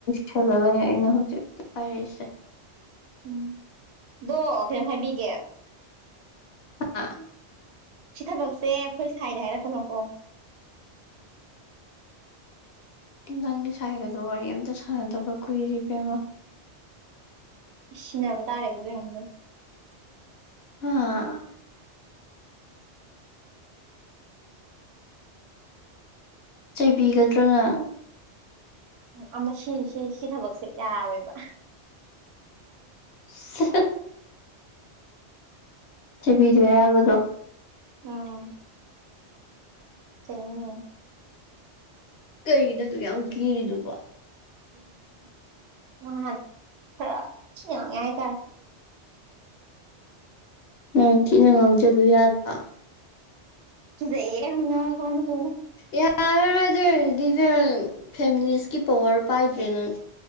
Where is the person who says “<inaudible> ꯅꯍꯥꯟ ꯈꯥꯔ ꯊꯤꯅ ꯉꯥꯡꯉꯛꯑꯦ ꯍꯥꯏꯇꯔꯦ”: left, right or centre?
Right